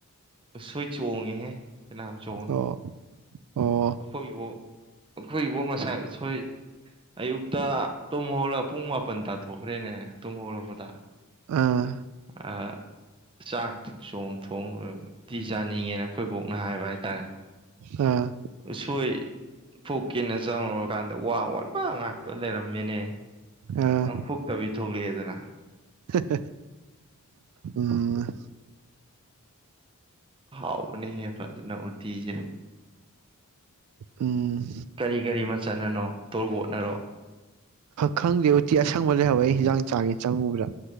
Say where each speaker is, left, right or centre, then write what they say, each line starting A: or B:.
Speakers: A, on the right; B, on the right.
A: ꯎꯁꯣꯏ ꯆꯣꯡꯉꯦꯍꯦ ꯐꯅ꯭ꯌꯥꯝ ꯆꯣꯡꯉꯦ
B: ꯑꯣ ꯑꯣ
A: ꯑꯩꯈꯣꯏꯕꯨ ꯑꯩꯈꯣꯏꯕꯨ ꯉꯁꯥꯏ ꯎꯁꯣꯏ ꯑꯌꯨꯛꯇ ꯇꯨꯝꯍꯧꯔꯞ ꯄꯨꯡ ꯃꯥꯄꯟ ꯇ ꯍꯣꯔꯦꯟꯅꯦ ꯇꯨꯝ ꯍꯎꯒꯜꯂꯛꯄꯗ
B: ꯑꯥ
A: ꯑꯥ ꯆꯥꯛꯇꯤ ꯆꯣꯡ ꯊꯣꯡ ꯂꯣꯏꯔꯒ ꯎꯇꯤ ꯆꯥꯅꯤꯡꯉꯦꯅ ꯑꯩꯈꯣꯏ ꯕꯣꯛꯅ ꯍꯥꯏꯕ ꯍꯥꯏꯇꯥꯔꯦ
B: ꯑꯥ
A: ꯎꯁꯣꯏ ꯐꯨꯛꯀꯦꯅ ꯆꯪꯉꯨꯔꯀꯥꯟꯗ ꯋꯥ ꯋꯥꯟꯕ ꯉꯥꯛꯇ ꯂꯩꯔꯝꯃꯦꯅꯦ
B: ꯑꯥ
A: ꯑꯝ ꯐꯨꯛꯇꯕꯤ ꯊꯣꯛꯂꯛꯑꯦꯗꯅ
B: ꯍꯦ ꯎꯝ
A: ꯍꯥꯎꯕꯅꯦ ꯍꯦ ꯐꯖꯅ ꯎꯇꯤꯖꯦ
B: ꯎꯝ
A: ꯀꯔꯤ ꯀꯔꯤ ꯃꯆꯟꯅꯅꯣ ꯇꯣꯔꯕꯣꯠꯅꯔꯣ
B: ꯈꯪꯗꯦ ꯎꯇꯤ ꯑꯁꯪꯕ ꯂꯩꯍꯧꯋꯦ ꯑꯩ ꯍꯤꯟꯖꯥꯡ ꯆꯥꯒꯦ ꯆꯪꯉꯨꯕꯗ